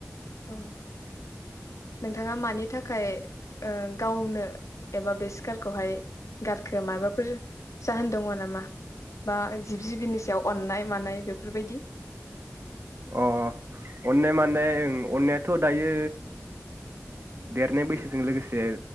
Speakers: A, on the left; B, on the right.
A: औ। नोंथाङा मानि थाखाय ओ गावनो एबा बे सिखारखौहाय गारखो माबाफोर जाहोन दङ नामा? बा जिब- जिबिनि सायाव अननाय मानाय बेफोरबायदि
B: अ अन्नाय माने ओ अन्नायाथ' दायो देरनाय बैसोजों लोगोसे